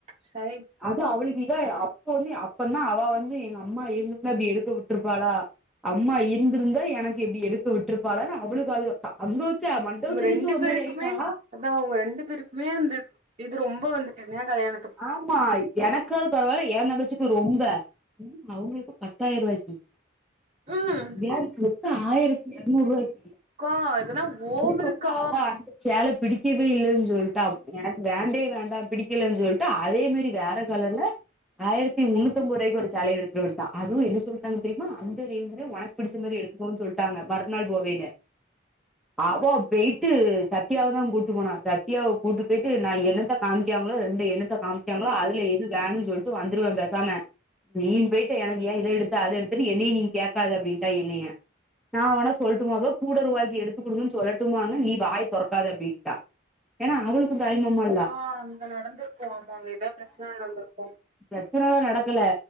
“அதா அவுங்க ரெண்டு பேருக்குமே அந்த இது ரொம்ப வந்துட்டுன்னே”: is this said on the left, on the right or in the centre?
Right